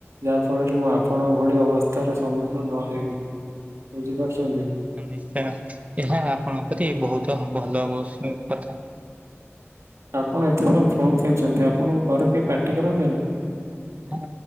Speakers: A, on the right (about 80°); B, on the right (about 30°).
A: ଯାହା ଫଳରେ ମୁଁ ଆପଣଙ୍କ ଭଳି ଅବସ୍ଥାରେ ସମ୍ମୁଖୀନ ନ ହେବି। ବୁଝିପାରୁଛନ୍ତି
B: ନିଶ୍ଚୟ ଏହା ଆପଣଙ୍କ ପ୍ରତି ବହୁତ ଭଲ ହବ ସେ କଥା।
A: ଆପଣ ଏତେ ସମୟ ଫୋନ୍ କେଞ୍ଚନ୍ତି ଆପଣଙ୍କୁ ଘରେ କେହି ପାଟି କରନ୍ତି ନି?
B: ହ